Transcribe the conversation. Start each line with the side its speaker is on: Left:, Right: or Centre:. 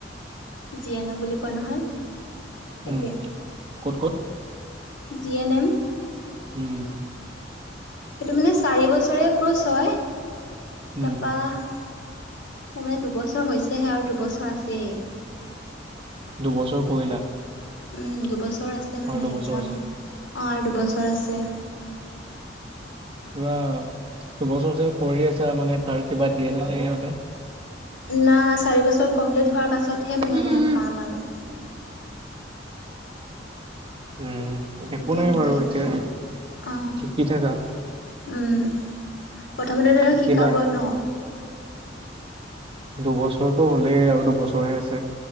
Left: জি এন এম বুলি কয় নহয়। সেইটোৱে
Right: উম, ক'ত ক'ত?
Left: জি এন এম
Right: উম
Left: সেইটো মানে চাৰি বছৰে ক্ৰচ হয়
Right: উম
Left: তাৰপা মোৰ মানে দুবছৰ হৈছেহে আৰু দুবছৰ আছেই।
Right: দুবছৰ কৰিলা
Left: উম দুবছৰ আছে মানে
Right: আৰু দুবছৰ
Left: একজাম
Right: আছে
Left: অ' দুবছৰ আছে
Right: কিবা দুবছৰ যে কৰি আছা মানে তাৰ কিবা দিয়ে নে সিহঁতে?
Left: না চাৰি বছৰ কমপ্লিট হোৱাৰ পাছতহে মানে
Right: উম উম।
Left: পাম আৰু।
Right: উম একো
Left: এতিয়া
Right: নাই
Left: নিদিয়ে
Right: বাৰু এতিয়া
Left: অ
Right: শিকি থাকা।
Left: উম প্ৰথমতে তেওঁক
Right: শিকিলা
Left: শিকাবই ন'।
Right: দুবছৰটো হ'লেই আৰু দুবছৰহে আছে।